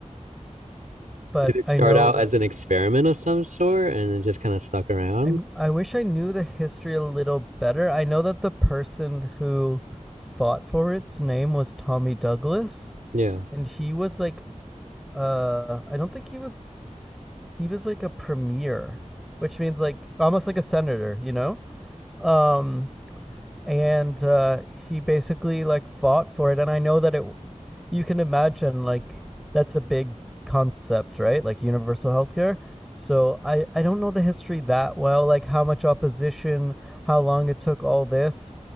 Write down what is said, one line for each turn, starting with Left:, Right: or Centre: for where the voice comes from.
Centre: but
Right: Did it
Centre: I
Right: start
Centre: know
Right: out
Centre: that,
Right: as an experiment of some sort and it just kind of stuck around?
Centre: I mean, I wish I knew the history a little better. I know that the person who fought for its name was Tommy Douglas,
Right: Yeah.
Centre: and he was like, uh, I don't think he was, he was like a premier, which means like almost like a senator, you know? Um, and uh, he basically like fought for it. And I know that it, you can imagine like that's a big concept, right? Like universal healthcare. So I I don't know the history that well, like how much opposition, how long it took, all this.